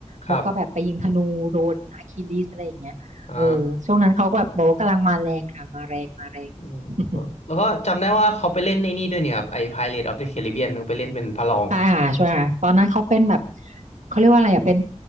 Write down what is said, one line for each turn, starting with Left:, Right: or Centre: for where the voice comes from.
Left: ครับ
Right: แล้วก็แบบไปยิงธนูโดนอะคิลิสอะไรอย่างเงี้ยเออช่วงนั้นเขาก็แบบโบะกำลังมาแรงค่ะมาแรงมาแรง
Left: อ่า อืม
Right: <laughs>
Left: แล้วก็จำได้ว่าเขาไปเล่นไอ้นี่ด้วยเนี่ยครับไอ้ p i r a t e of the Caribbean เขาไปเล่นเป็นพระรอง
Right: ใช่ค่ะใช่ค่ะตอนนั้นเขาเป็นแบบเขาเรียกว่าอะไรอ่ะเป็น